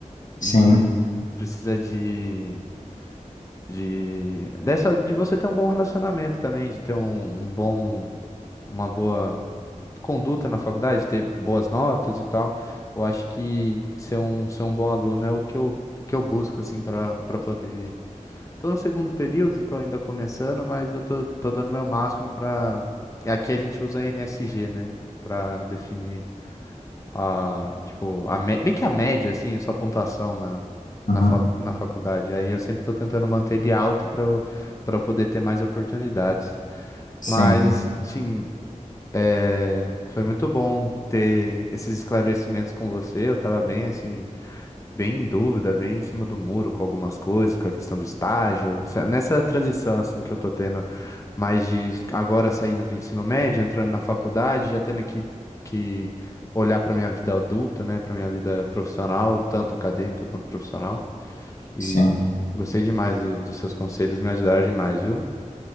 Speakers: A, on the left; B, on the left.
A: sim,
B: E precisa de, de dessa de você ter um bom relacionamento também, de ter um, um bom, uma boa conduta na faculdade, ter boas notas e tal. Eu acho que ser um, ser um bom aluno é o que eu, que eu busco, assim, para para poder Tô no segundo período, tô ainda começando, mas eu tô, tô dando meu máximo pra. Aqui a gente usa NSG, né? Pra definir a, tipo, a me- meio que a média, assim, a sua pontuação na,
A: uhum,
B: na, fa- na faculdade. Aí eu sempre tô tentando manter ele alto pra eu, pra eu poder ter mais oportunidades.
A: sim,
B: Mas, assim, é, foi muito bom ter esses esclarecimentos com você. Eu tava bem, assim, bem em dúvida, bem em cima do muro com algumas coisas, com a questão do estágio. Se- Nessa transição assim que eu tô tendo, mais de agora saindo do ensino médio, entrando na faculdade, já tendo que, que olhar para minha vida adulta, né, para minha vida profissional, tanto acadêmica quanto profissional. E
A: sim.
B: gostei demais do- dos seus conselhos, me ajudaram demais, viu?